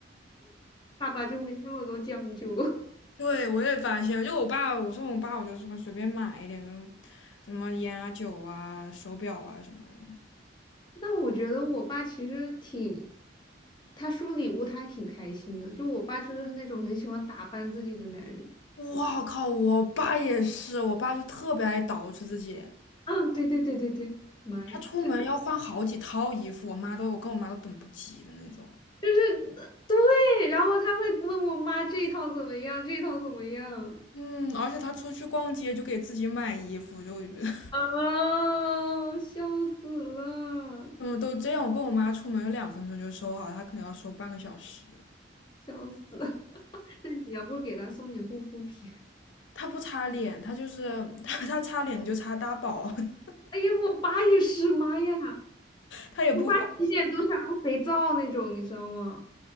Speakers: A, on the left; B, on the left.
A: 爸爸就没那么多讲究。<laughs>
B: 对，我也发现，就我爸，我送我爸，我就说随便买一点，什么烟啊、酒啊、手表啊什么的。
A: 但我觉得我爸其实挺，他收礼物他还挺开心的。就我爸就是那种很喜欢打扮自己的男人。
B: 哇靠！我爸也是，我爸就特别爱捯饬自己，
A: 嗯，对对对对对，妈呀，
B: 他出门要换好几套衣服，
A: 真
B: 我妈都我跟我妈都等不及的那种。
A: 就是对，然后他会问我妈这一套怎么样，这一套怎么样。
B: 嗯，而且他出去逛街就给自己买衣服，就 <laughs>
A: 啊，笑死了，
B: 嗯都这样。我跟我妈出门有两分钟就收好，他可能要收半个小时。
A: 笑死！<laughs> 那你要不给他送点护肤品？
B: 他不擦脸，他就是 <laughs> 他他擦脸就擦大宝，<laughs>
A: 哎呀，我爸也是，妈呀，
B: 他也不防。
A: 我爸洗脸都想用肥皂那种，你知道吗？